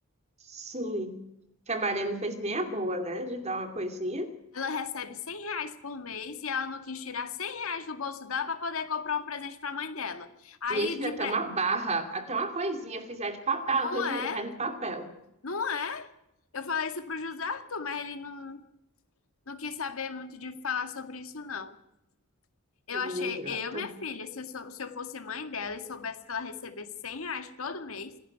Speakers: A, on the right; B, on the left.
A: Sim. Que a Maria não fez nem a boa, né? De dar uma coisinha.
B: Ela recebe cem reais por mês e ela não quis tirar 100 reais do bolso dela para poder comprar um presente para a mãe dela. Aí
A: Minha filha,
B: de
A: até
B: pré.
A: uma barra, até uma coisinha, eu fizer de papel,
B: Não
A: não tenho dinheiro,
B: é?
A: faz no papel.
B: Não é? Eu falei isso pro José Arthur, mas ele não, não quis saber muito de falar sobre isso, não. Eu
A: Menina
B: achei,
A: ingrata.
B: eu, minha filha, se eu, sou- se eu fosse mãe dela e soubesse que ela recebesse 100 reais todo mês